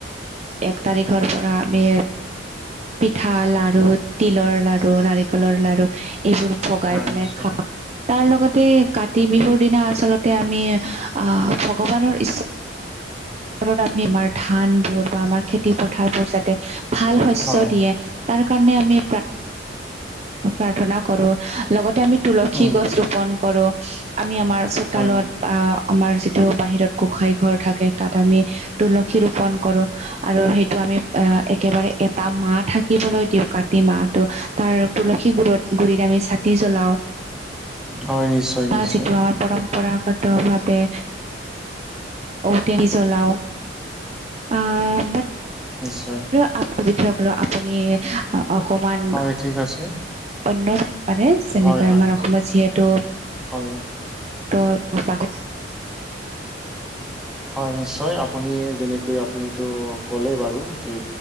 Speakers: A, on the right (about 35°); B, in the centre.
A: এক তাৰিখৰ পৰা আমি পিঠা লাৰু তিলৰ লাৰু নাৰিকলৰ লাৰু এইবোৰ ভগাই
B: হয়
A: পেলাই
B: নিশ্চয়
A: খাওঁ। তাৰ লগতে কাতি বিহুৰ দিনা আচলতে আমি আহ ভগৱানৰ ৰত আমি আমাৰ ধান বোৰ বা আমাৰ খেতি পথাৰ বোৰ যাতে ভাল শস্য
B: হয়
A: দিয়ে। তাৰ কাৰণে আমি প্ৰাৰ্থনা কৰোঁ লগতে আমি তুলসী
B: উম
A: গছ ৰোপন কৰো আমি আমাৰ চোতালত
B: হয়
A: বা আমাৰ যিটো বাহিৰত গোসাই ঘৰ থাকে তাত আমি তুলসী ৰূপন কৰো আৰু সেইটো আমি অ' একেবাৰে এটা মাহ থাক শিকিবলৈ দিওঁ কাতি মাহটো তাৰ তুলসী গুৰিত আমি চাকি জ্বলাও।
B: হয় নিশ্চয়
A: তাৰ
B: নিশ্চয়
A: যিটো আমাৰ পৰম পৰাগত ভাৱে <unintelligible> <unintelligible> চলাও আ বাত
B: নিশ্চয়।
A: <unintelligible> আপুনি অকমান
B: হয় ঠিক আছে
A: অন্য পাৰে যেনেকৈ
B: হয় হয়
A: আমাৰ অসমত যিহেতু
B: হয়
A: বহুত <inaudible>
B: হয়, নিশ্চয়। আপুনি যেনেকৈ- আপুনিটো ক'লে বাৰু তে